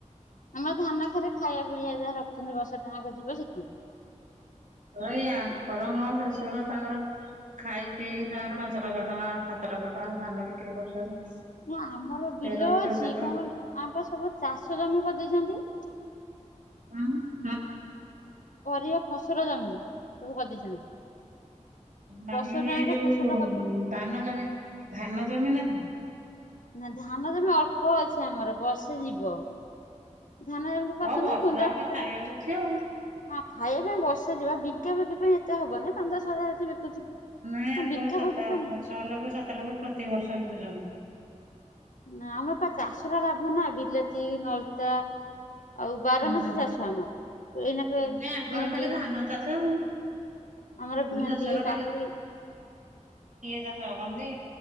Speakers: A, on the left (about 85°); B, on the right (about 80°).
A: ଆମ ଧାନ ଖରେ ଖାଇବା ପିଇବା ଯାହା ରଖିଛନ୍ତି ବର୍ଷ ଟା ଯାକ ଯିବ ସେତିକି।
B: ଏଇ ଆଙ୍କର ମୋ ଶାଶୂଘର ତାଙ୍କର। ଖାଇ ପିଇ ସେମାନେ ପାଞ୍ଚ ଲକ୍ଷ ଟଙ୍କା ସାତ ଲକ୍ଷ ଟଙ୍କା ଧାନ ବିକ୍ରି କରୁଛନ୍ତି।
A: ନା ଆମର
B: ତେର
A: ବିଲ ଅଛି
B: ଚଉଦ ଏକର
A: କଣ
B: ହୁଁ
A: କ ଆମ ସବୁ ଚାଷ ଜମି କରିଦେଇଛନ୍ତି।
B: ହୁଁ।
A: ପରିବା ଫସଲ ଜମି ସବୁ କରିଦେଇଛନ୍ତି।
B: ନାହିଁ
A: ବର୍ଷ ଟାଙ୍କେ
B: ଏ ଯୋଉଁ
A: ଫସଲ କରିଛନ୍ତି
B: ଧାନ ଜମି ଧାନ ଜମି ନାହିଁ।
A: ନା ଧାନ କିନ୍ତୁ ଅଳ୍ପ ଅଛି ଆମର ବର୍ଷେ ଯିବ। ଧାନ ଏମିତି କରିଛନ୍ତି
B: ହଁ ବର୍ଷ
A: କୁନ୍ଡ଼ା
B: ଯାକ ତ
A: ଫୁଟା,
B: ଖାଇବାକୁ ଅଛି ଆଉ।
A: ହ ଖାଇବା ପାଇଁ ବର୍ଷା ଯିବା ବି <unintelligible> ଏତେ ହବନା ପାଞ୍ଚ ଦଶ ହଜାର <unintelligible>
B: ନାଇଁ ଆଙ୍କର
A: ବିକା
B: ସାତ
A: ବିକି ପାଇଁ ନାହିଁ।
B: ଛଅ ଲକ୍ଷ ସାତ ଲକ୍ଷ ପ୍ରତିିବର୍ଷ ବି ବିକୁଛନ୍ତି।
A: ନା ଆମର ପା ଚାଷର ଲାଭ ନା ବିଲାତି ନଳିତା ଆଉ ବାର
B: ହୁଁ
A: ମାସି
B: ହୁଁ।
A: ଚାଷ ଆମର, ଏଇନାକେ
B: ନାଇଁ ଆଙ୍କର
A: ଭେଣ୍ଡି
B: ଖାଲି ଧାନ ଚାଷ ଆଉ।
A: ଆମର ଭେଣ୍ଡି
B: <unintelligible> ନାହିଁ ଇଏ
A: କାକୁଡି
B: ଚାଷ ରହନ୍ତି